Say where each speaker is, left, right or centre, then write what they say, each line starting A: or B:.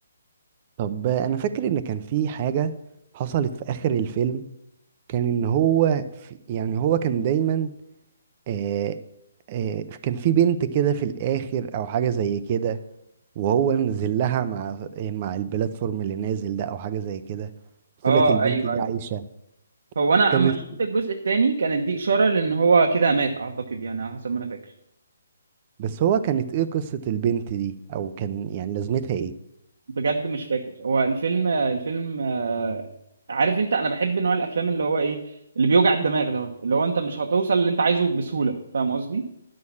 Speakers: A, on the right; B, on the right.
A: طب انا فاكر ان كان في حاجة حصلت في اخر الفيلم كان ان هو في يعني هو كان دايما آه آه كان في بنت كده في الاخر او حاجة زي كده وهو نزل لها مع مع البلاتفورم اللي نازل ده او حاجة زي كده
B: اه
A: طلعت البنت
B: ايوه
A: دي عايشة
B: هو انا
A: كانت
B: اما شفت الجزء الثاني كانت دي اشاره لان هو كده مات اعتقد يعني على حسب ما انا فاكر
A: بس هو كانت ايه قصة البنت دي او كان يعني لازمتها ايه
B: بجد مش فاكر هو الفيلم الفيلم آه، عارف انت انا بحب نوع الافلام اللي هو ايه اللي بيوجع الدماغ دوت اللي هو انت مش هتوصل اللي انت عايزه بسهوله فاهم قصدي